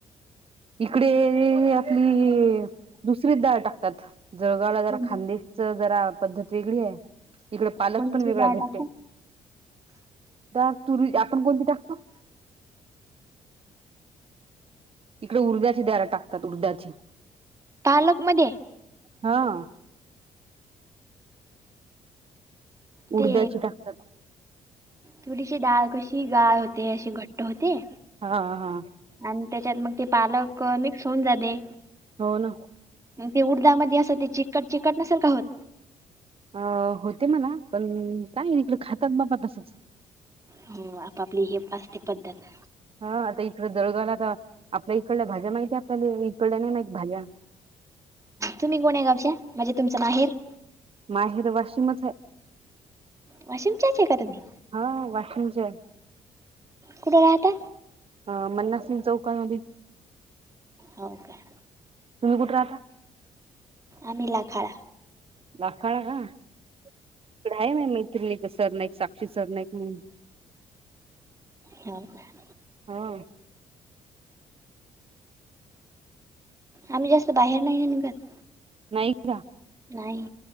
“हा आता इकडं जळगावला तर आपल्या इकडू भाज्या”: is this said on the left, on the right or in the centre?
Right